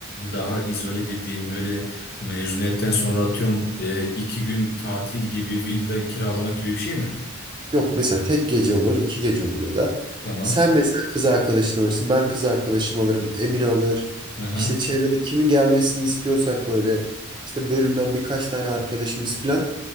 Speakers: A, on the left (about 45°); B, on the right (about 20°).
A: daha izole dediğin böyle mezuniyetten sonra atıyorum e, iki gün tatil gibi villa kiralamak gibi bir şey mi?
B: Yok mesela tek gece olur, iki gece olur ya da.
A: Tamam.
B: Sen Tamam. mesela kız arkadaşını alırsın, ben kız arkadaşımı alırım, Emin alır.
A: Aha.
B: İşte çevrede kimin gelmesini istiyorsak böyle işte bölümden birkaç tane arkadaşımız falan.